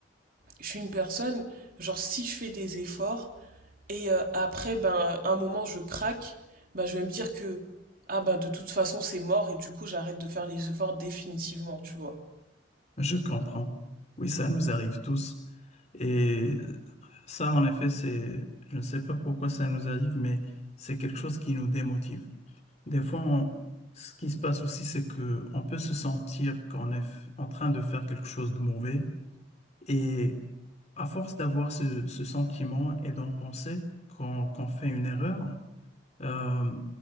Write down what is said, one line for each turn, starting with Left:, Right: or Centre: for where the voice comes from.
Right: Je suis une personne, genre, si je fais des efforts et euh, après, ben, un moment, je craque, ben, je vais me dire que, ah, ben, de toute façon, c'est mort et du coup, j'arrête de faire les efforts définitivement, tu vois.
Left: Je comprends. Oui, ça nous arrive tous. Et ça, en effet, c'est, je ne sais pas pourquoi ça nous arrive, mais c'est quelque chose qui nous démotive. Des fois, on- ce qui se passe aussi, c'est que on peut se sentir qu'on est f- en train de faire quelque chose de mauvais Et à force d'avoir ce, ce sentiment et d'en penser qu'on qu'on fait une erreur, euh,